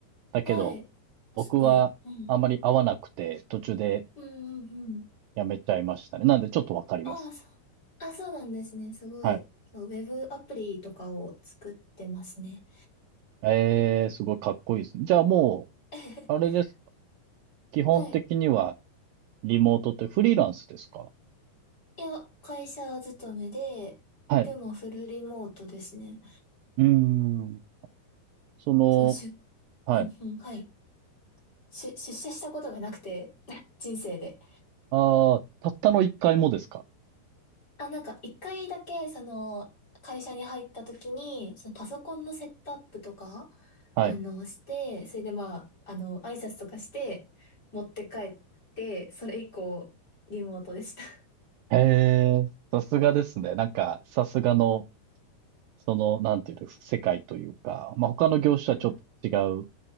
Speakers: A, on the right; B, on the left.
A: だけど、
B: はい。
A: 僕はあまり合わなくて、
B: すごい。うん。
A: 途中で
B: うんうんうん。
A: やめちゃいましたね。なんで、ちょっとわかります。
B: ああ、そう。あ、そうなんですね。すごい。
A: はい。
B: そう、ウェブアプリとかを作ってますね。
A: えー、すごいかっこいいですね。じゃあも
B: <laughs>
A: う、あれです。基本的には、
B: はい。
A: リモートってフリーランスですか
B: いや、会社勤めで、
A: はい。
B: でもフルリモートですね。
A: うーん。その、
B: そう、しゅ、<laughs>
A: はい。
B: うんうん、はい。しゅ、出社したことがなくて、<laughs> 人生で。
A: ああ、たったの一回もですか
B: あ、なんか一回だけ、その、会社に入った時に、そのパソコンのセットアップとか、
A: はい。
B: あの、して、それでまあ、あの、挨拶とかして、持って帰って、それ以降、リモートでした。<laughs> い
A: へえ、さすがですね。なんか、さすがの、その、なんていうんですか、世界というか、まあ、他の業種とはちょっと違う
B: や、まあ、